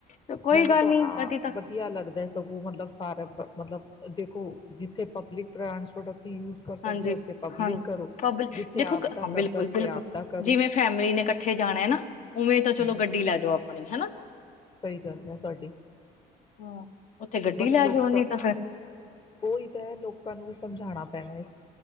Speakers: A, on the left; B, on the left.
A: ਤੇ ਕੋਈ
B: ਮੈਨੂੰ
A: ਗੱਲ
B: ਤਾਂ
A: ਨੀ
B: ਆ
A: ਕਦੀ ਤਾਂ
B: ਵਧੀਆ ਲੱਗਦਾ ਸਗੋਂ ਮਤਲਬ ਸਾਰਾ, ਮਤਲਬ ਦੇਖੋ ਜਿੱਥੇ ਪਬਲਿਕ ਟਰਾਂਸਪੋਰਟ, ਯੂਜ ਕਰ ਸਕਦੇ
A: ਹਾਂਜੀ
B: ਹਾਂ ਉੱਥੇ ਪਬਲਿਕ
A: ਹਾਂਜੀ
B: ਕਰੋ,
A: ਪਬ
B: ਜਿੱਥੇ
A: ਦੇਖੋ
B: ਆਪਾ
A: ਹਾਂ ਬਿਲਕੁਲ
B: ਕਰ ਸਕਦੇ
A: ਬਿਲਕੁਲ
B: ਆ ਆਪਾ ਕਰੋ।
A: ਜਿਵੇਂ ਫੈਮਿਲੀ ਨੇ ਇਕੱਠੇ ਜਾਣਾ ਹੈ ਨਾ ਉਵੇਂ ਤਾਂ ਚਲੋ
B: ਹਮ
A: ਗੱਡੀ ਲੈ ਜਾਓ ਆਪਣੀ ਹਨਾ।
B: ਸਹੀ ਗੱਲ ਹੈ, ਤੁਹਾਡੀ
A: ਹਾਂ ਉੱਥੇ ਗੱਡੀ
B: ਬਸ
A: ਲੈ
B: ਲੋਕਾਂ
A: ਜਾਓ ਨੀ ਤਾਂ ਫੇਰ
B: ਉਹੀ ਤਾਂ ਹੈ ਲੋਕਾਂ ਨੂੰ ਵੀ ਸਮਝਾਣਾ ਪੈ ਰਾਸ